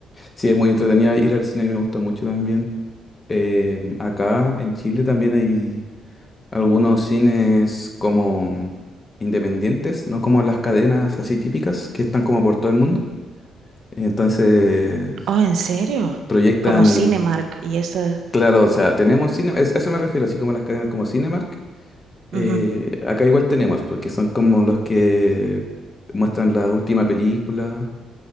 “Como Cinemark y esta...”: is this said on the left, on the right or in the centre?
Right